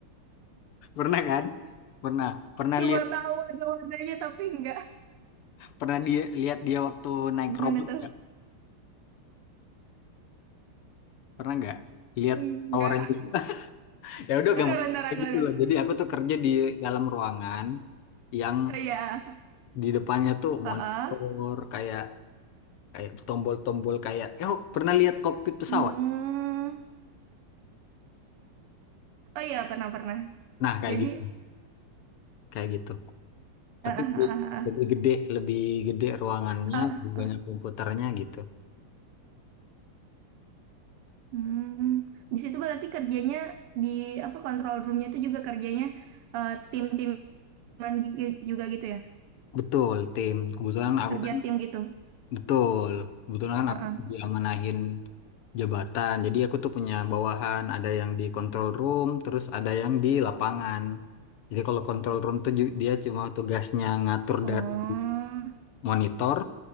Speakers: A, on the left; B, on the right.
A: Pernah kan? Pernah. Pernah
B: Cuma
A: lihat
B: tahu warna-warnanya tapi enggak.
A: pernah dia lihat dia waktu naik
B: Gimana
A: robot
B: tuh?
A: nggak? Pernah nggak? Lihat
B: Enggak.
A: Power Rangers. <laughs> Ya udah
B: Bentar,
A: gampang
B: bentar <laughs>
A: kayak
B: aku
A: gitu
B: lihat.
A: loh. Jadi aku tuh kerja di dalam ruangan yang
B: Oh iya.
A: di depannya tuh
B: Ah,
A: monitor
B: ah.
A: kayak kayak tombol-tombol kayak "Eh, oh pernah lihat kokpit pesawat
B: Hmm. Oh iya, pernah-pernah.
A: nah kayak
B: Jadi,
A: gitu kayak gitu
B: ah,
A: tapi
B: ah,
A: lebih
B: ah,
A: lebih
B: ah.
A: gede lebih gede ruangannya
B: Kalau
A: lebih banyak komputernya gitu
B: Hmm, di situ berarti kerjanya di apa control roomnya itu juga kerjanya eh, tim-timan gi- juga gitu ya?
A: betul tim kebetulan aku
B: Kerja
A: kan
B: tim gitu.
A: betul kebetulan kan
B: Heeh.
A: aku diamanahin jabatan jadi aku tuh punya bawahan ada yang di control room terus ada yang di lapangan jadi kalau control room tuh ju- dia cuma tugasnya ngatur
B: Oh,
A: dari monitor